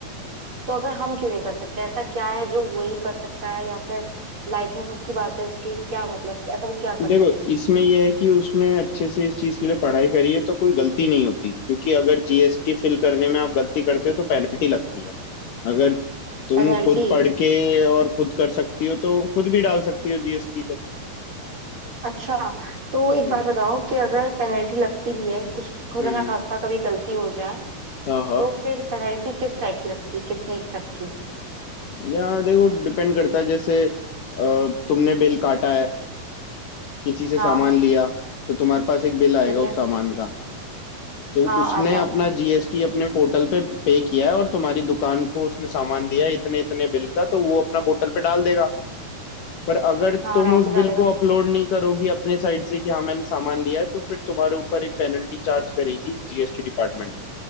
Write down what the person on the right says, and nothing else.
तो अगर हम क्यों नहीं कर सकते ऐसा क्या है जो वही कर सकता है या फिर लाइसेंस की बात है उसकी क्या मतलब ऐसा वो क्या करता
है उसमें
पेनल्टी
अच्छा तो
एक बात बताओ कि अगर पेनल्टी लगती भी है कुछ खुदा
ना खास्ता कभी गलती हो जाए
तो फिर पेनल्टी किस टाइप की लगती है कितने तक की
हाँ
ठीक
है
हाँ
आता
है
हाँ
आराम
से डालेगा